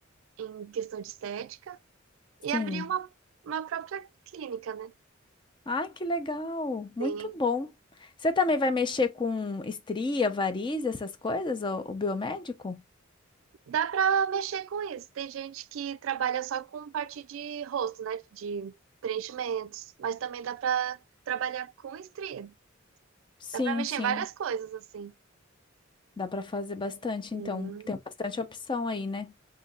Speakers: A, on the right (about 75°); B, on the left (about 25°).
A: em questão de estética
B: Sim.
A: e abrir uma, uma própria clínica, né?
B: Ai, que legal! Muito
A: Sim,
B: bom. Você também vai mexer com estria, variz, essas coisas, o, o biomédico?
A: Dá pra mexer com isso. Tem gente que trabalha só com parte de rosto, né? De preenchimentos. Mas também dá pra trabalhar com estria.
B: Sim,
A: Dá pra mexer
B: sim.
A: em várias coisas, assim.
B: Dá para fazer bastante,
A: sim
B: então tem bastante opção aí, né?